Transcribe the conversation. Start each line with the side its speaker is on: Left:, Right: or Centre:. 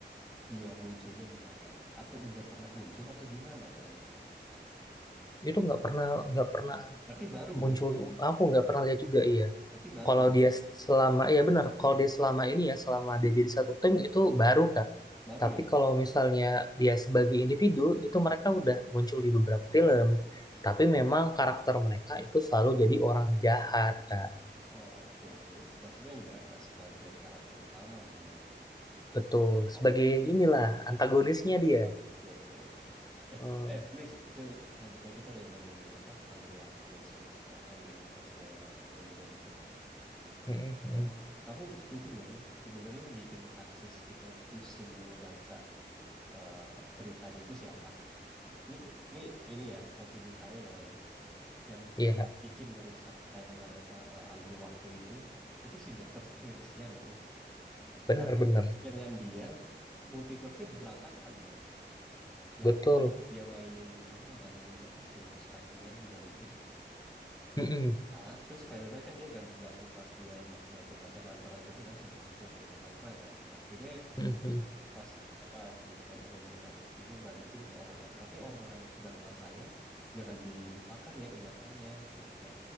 Centre: dia munculnya di mana atau udah pernah muncul atau gimana TM
Left: Itu nggak pernah nggak pernah
Centre: berarti baru
Left: muncul
Centre: kan
Left: aku nggak pernah lihat juga iya.
Centre: berarti baru
Left: Kalau dia selama, ya benar, kalau dia selama ini ya, selama dia jadi satu tim itu baru Kak.
Centre: baru
Left: Tapi
Centre: ya
Left: kalau misalnya dia sebagai individu, itu mereka udah muncul di beberapa film. Tapi memang karakter mereka itu selalu jadi orang jahat Kak.
Centre: oh, oke oke maksudnya nggak nggak sebagai karakter utama kan ya
Left: Betul,
Centre: oke
Left: sebagai inilah antagonisnya dia.
Centre: oke oke oke Eh,
Left: Hmm,
Centre: eh, ini se- saya lagi tadi kita lagi ngomongin apa alur waktu semesta apa universe-nya Avenger itu kan.
Left: mm, mm,
Centre: Nah,
Left: mm.
Centre: kamu setuju nggak sih? Sebenarnya yang bikin kasus kita pusing ngebaca eh, ceritanya itu siapa? Ini, t- ini, ini ya, opini saya ya lah ya. Yang
Left: Iya Kak,
Centre: bikin ngerusak timeline apa eh, alur waktu itu, itu si Dr. Strange, ya nggak sih?
Left: benar-benar,
Centre: Karena dengan dia, multiverse-nya berantakan kan? Yang
Left: betul.
Centre: katanya dia mainin, apa, ngebalikin siapa? Si Spider-Man dibalikin.
Left: Mm, mm,
Centre: Ah, terus Spider-Man kan dia ganggu-ganggu pas dia ma- baca-baca mantra gitu kan, si Dr. Strange baca mantra kan. Akhirnya
Left: mm, mm.
Centre: pas apa si Spider-Man bilang intinya balikin ke orang tapi orang-orang yang sudah kenal saya jangan dilupakan ya ingatannya gitu kan